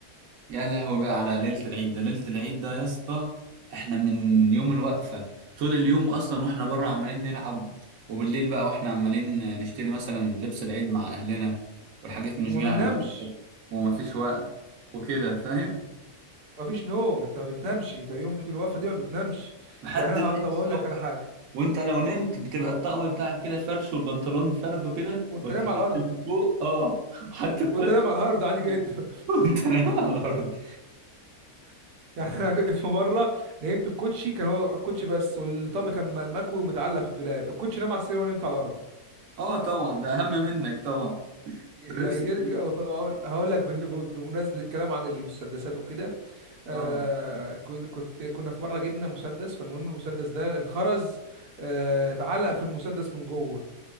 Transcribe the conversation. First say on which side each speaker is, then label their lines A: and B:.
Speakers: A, on the right (about 60°); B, on the right (about 85°).
A: يا لهوي بقى على ليلة العيد ده ليلة العيد ده يا اسطى احنا من يوم الوقفة طول اليوم اصلا واحنا بره عمالين نلعب وبالليل بقى واحنا عمالين نشتري مثلا لبس العيد مع اهلنا والحاجات مش
B: وما
A: جايه
B: بننامش
A: على مقاسك ومفيش وقت وكده فاهم
B: ما فيش نوم انت ما بتنامش انت يوم الوقفه دي ما بتنامش
A: لحد
B: يعني انا
A: العيد
B: ه- طب
A: الصبح
B: اقول لك على حاجه
A: وانت لو نمت بتبقى الطقم بتاعك كده فرش والبنطلون فرده كده
B: وانت
A: والتيشيرت
B: نايم على الارض
A: من فوق اه حط الكوتش
B: وانت نايم على الارض عادي جدا
A: <laughs> وانت نايم على الارض
B: <laughs> يعني انا جيت في مره نمت الكوتشي كان هو الكوتشي بس والطقم كان م- مكوي ومتعلق في الدولاب الكوتشي نام على السرير وانا نمت على الارض
A: اه طبعا ده اهم منك طبعا
B: يعني
A: ده لبس
B: جيت
A: بعيد
B: جي- أو- هقول هقول لك بن- بمناسبة الكلام عن المسدسات وكده آه
A: اه
B: كن- كنت كنا في مرة جبنا مسدس فالمهم المسدس ده الخرز آه اتعلق في المسدس من جوه